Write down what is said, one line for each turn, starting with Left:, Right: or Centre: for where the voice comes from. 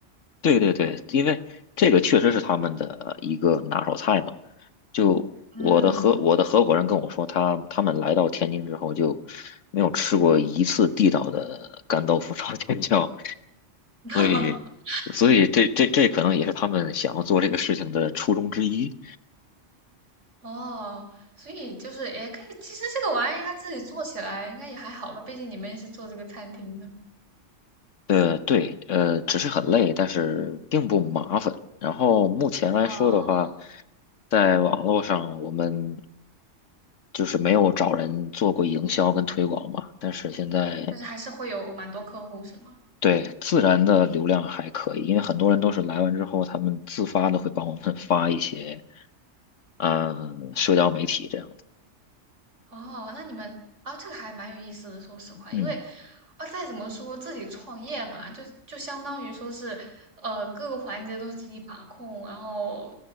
Left: 对对对，因为这个确实是他们的一个拿手菜嘛。就我的合我的合伙人跟我说，
Right: 嗯，
Left: 他他们来到天津之后就没有吃过一次地道的干豆腐炒尖椒，<laughs>
Right: <laughs>
Left: 所以所以这这这可能也是他们想要做这个事情的初衷之一。
Right: 哦，所以就是也可以，其实这个玩意儿应该自己做起来应该也还好吧，毕竟你们也是做这个餐厅的。
Left: 呃，对，呃，只是很累，但是并不麻烦。然后目前来说的话，
Right: 哦，
Left: 在网络上我们就是没有找人做过营销跟推广嘛，但是现在
Right: 但是还是会有蛮多客户是吗？
Left: 对自然的流量还可以，因为很多人都是来完之后，他们自发的会帮我们发一些，嗯，社交媒体这样的。
Right: 哦，那你们啊，这个还蛮有意思的。说实话，
Left: 嗯，
Right: 因为啊，再怎么说自己创业嘛，就就相当于说是，呃，各个环节都是自己把控，然后